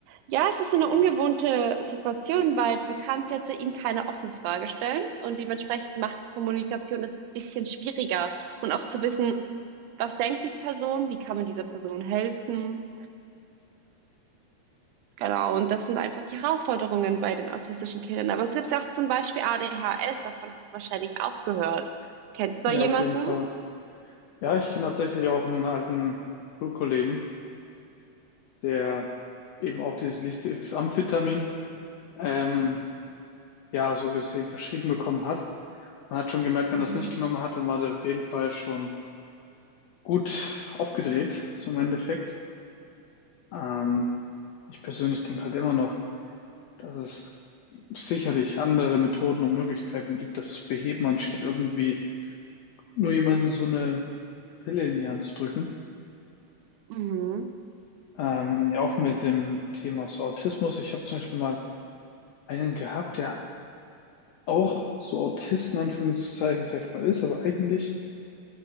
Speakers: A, on the right; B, on the left.
A: ja, es ist so eine ungewohnte Situation, weil du kannst jetzt ihm keine offene Frage stellen und dementsprechend macht die Kommunikation das ein bisschen schwieriger und auch zu wissen, was denkt die Person, wie kann man dieser Person helfen. Genau, und das sind einfach die Herausforderungen bei den autistischen Kindern. Aber es gibt ja auch zum Beispiel ADHS, davon hast du wahrscheinlich auch gehört. Kennst du
B: Ja,
A: da jemanden?
B: auf jeden Fall. Ja, ich kenne tatsächlich auch einen alten Schulkollegen, der eben auch dieses Lisdex-Amphetamin, ähm, ja, so gesehen verschrieben bekommen hat. Man hat schon gemerkt, wenn
A: Mhm.
B: er es nicht genommen hat, dann war der auf jeden Fall schon gut aufgedreht, so im Endeffekt. Ähm, ich persönlich denke halt immer noch, dass es sicherlich andere Methoden und Möglichkeiten gibt, das zu beheben, anstatt irgendwie nur jemandem so eine Pille in die Hand zu drücken.
A: Mhm.
B: Ähm, ja, auch mit dem Thema so Autismus. Ich habe zum Beispiel mal einen gehabt, der auch so Autist in Anführungszeichen, sag ich mal, ist, aber eigentlich